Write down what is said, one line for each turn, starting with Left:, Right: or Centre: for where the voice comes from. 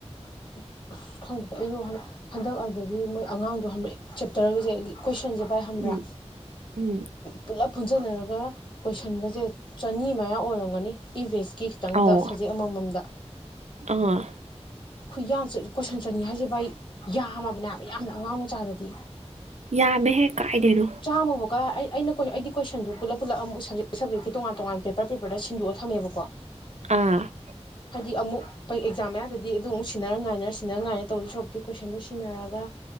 Left: <unintelligible> ꯁꯨ ꯈꯪꯗꯦꯗ ꯑꯩꯖꯨ ꯍꯟꯗꯛ ꯍꯟꯗꯛ ꯑꯗꯒꯤ ꯃꯣꯏ ꯑꯉꯥꯡꯗꯣ ꯍꯟ ꯃꯣꯏ ꯆꯦꯞꯇꯔꯒꯖꯦ ꯀꯣꯏꯁꯟꯖꯦ ꯕꯥꯏ ꯍꯝꯕ꯭ꯔꯥ
Right: ꯎꯝ ꯎꯝ
Left: ꯄꯨꯂꯞ ꯄꯨꯟꯁꯤꯟꯅꯔꯒ ꯀꯣꯏꯁꯟꯒꯖꯦ ꯆꯅꯤ ꯃꯌꯥ ꯑꯣꯏꯔꯝꯒꯅꯤ ꯏ ꯕꯤ ꯑꯦꯁꯀꯤ ꯇꯪꯗ
Right: ꯑꯧ
Left: ꯁꯕꯖꯦꯛ ꯑꯃꯃꯝꯗ
Right: ꯑꯥ
Left: ꯈꯨꯌꯥꯠꯆꯦ ꯀꯣꯏꯁꯟ ꯆꯅꯤ ꯍꯥꯏꯖꯦ ꯚꯥꯏ ꯌꯥꯝꯃꯕꯅꯦ ꯍꯥꯏꯕ ꯌꯥꯝꯅ ꯑꯉꯥꯡ ꯃꯆꯥꯗꯗꯤ
Right: ꯌꯥꯝꯃꯦꯍꯦ ꯀꯥꯏꯗꯩꯅꯣ
Left: ꯆꯥꯝꯃꯕꯨ ꯀꯔꯥꯏ ꯑꯩ ꯑꯩꯅ ꯀ‌ꯣꯏ ꯑꯗꯩ ꯀ‌ꯣꯏꯁꯟ ꯗꯨ ꯄꯨꯂꯞ ꯄꯨꯂꯞ ꯑꯃꯨꯛ ꯁꯕꯖꯦꯛ ꯁꯕꯖꯦꯛ ꯀꯤ ꯇ‌ꯣꯉꯥꯟ ꯇꯣꯉꯥꯟ ꯄꯦꯄꯔ ꯄꯦꯄꯔꯗ ꯁꯤꯟꯗꯣꯛꯑ ꯊꯝꯃꯦꯕꯀꯣ
Right: ꯑꯥ
Left: ꯍꯥꯏꯗꯤ ꯑꯃꯨꯛ ꯄꯩ ꯑꯦꯛꯖꯥꯝ ꯑꯌꯥꯗꯗꯤ ꯑꯗꯨꯝꯨꯛ ꯁꯤꯟꯅꯔ ꯉꯥꯏꯅꯔ ꯁꯤꯟꯅꯔ ꯉꯥꯏꯅ ꯇꯧꯗ‌ꯣꯏ ꯁꯔꯨꯛꯄꯨꯗꯤ ꯀꯣꯏꯁꯟꯗꯣ ꯁꯤꯟꯅꯔꯒ